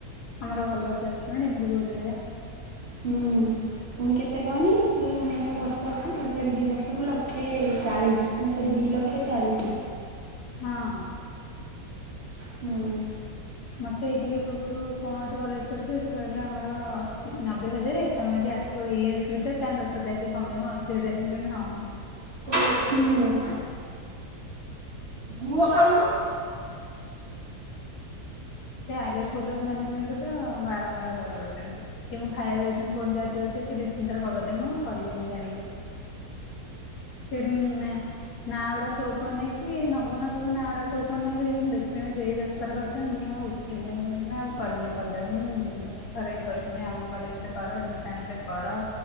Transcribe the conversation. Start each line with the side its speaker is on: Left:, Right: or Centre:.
Left: ଆମର ଭଲ ପ୍ଲେସମେଣ୍ଟ୍ ଏମିତି କହୁଛନ୍ତି ଆ
Right: ହୁଁ ପୁଣି କେତେ କହନି ନେବେ ବର୍ଷକୁ ସରି ଦି ବର୍ଷକୁ ଲକ୍ଷେ ଚାଳିଶ୍। ସରି ଦି ଲକ୍ଷ ଚାଳିଶି।
Left: ହଁ।
Right: ହୁଁ।
Left: ମୋତେ ଏଇ ଟିକେ ପୂର୍ବରୁ କଣ ଗୋଟେ କଲେଜ କରିଥିଲେ ସେ କହିଲା ଆମର ଅଶୀ ନବେ ହଜାର ତମେ ଯଦି ଆସି ତ ଏଇ ୱିକ୍ ବି ତ ତା ଦଶ ହଜାର ଟିକେ କମେଇବ ଅଶୀ ହଜାର କହଲେ ହଁ -ହଁ।
Right: ହୁଁ। ମୁହଁ ଖାଉନୁ।
Left: ସେ ଆର ସ୍କୁଲ୍ ର ମ୍ୟାନେଜମେଣ୍ଟରେ ତ ବାରମ୍ବାର କଲ୍ କରୁଛନ୍ତି। ଟିକେ ମୁଁ ଖାଇବାକୁ ଜାଇଥିନି ପୁଣି ଯା ସେ ଦିଇ ତିନିଥର କଲ କରିଥିଲେ ମୁଁ କଲିନିଯାଣିକି। ସେ ନା ନାଁ ଗୁଡ଼ାଆ ସୋ କରୁନେଇକି ନମ୍ବର୍ ରାସବୁ ନାଁ ଗୁଡ଼ା ସୋ‌ କରୁନେଇ କି ନେଇକି ଯେ ମୁଁ ଦେଖିଲି ସେଇ ରାସ୍ତାରେ କରିଚି ମୁଁ ଆଉ ଥିଲେ <unintelligible> କ ମୁଁ ଦଶ ଥର ହେଇ କରିଛନ୍ତି ଆମ କଲେଜରେ କର ଡିଷ୍ଟାନ୍ସରେ କର